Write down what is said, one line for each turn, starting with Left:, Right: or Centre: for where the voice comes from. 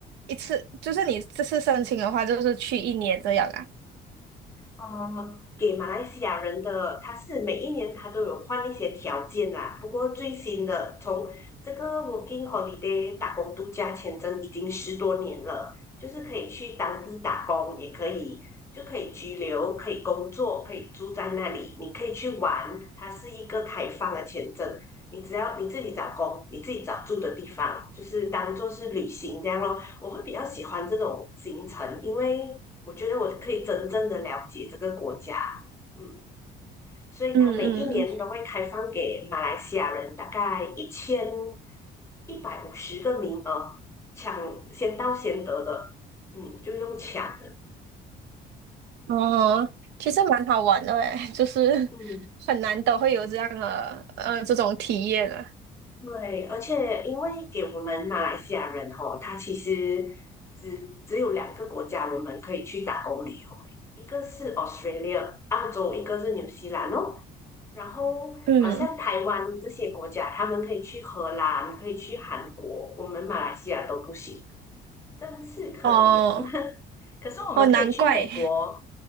Right: 一次，就是你这次申请的话就是去一年这样啊，
Left: 呃，给马来西亚人的，他是每一年他都有换一些条件啦。不过最新的，从这个 Working Holiday 打工度假签证已经十多年了，就是可以去当地打工，也可以就可以居留，可以工作，可以住在那里，你可以去玩。它是一个开放的签证，你只要你自己找工，你自己找住的地方，就是当做是旅行这样咯。我会比较喜欢这种行程，因为我觉得我可以真正的了解这个国家，嗯，所以它每一年都会开放给马来西亚人大概一千
Right: 嗯嗯
Left: 一百五十个名额，抢先到先得的，嗯，就用抢的，
Right: 哦，其实蛮好玩的诶，<laughs> 就是
Left: 嗯，
Right: 很难得会有这样的呃这种体验的。
Left: 对，而且因为给我们马来西亚人哦，他其实只只有两个国家我们可以去打工旅游，一个是 Australia 澳洲，一个是纽西兰哦。然后好像台湾这些国家，
Right: 嗯，
Left: 他们可以去荷兰，可以去韩国，我们马来西亚都不行，真是可怜。
Right: 哦
Left: <laughs> 可是我们可以去美国，
Right: 哦，难怪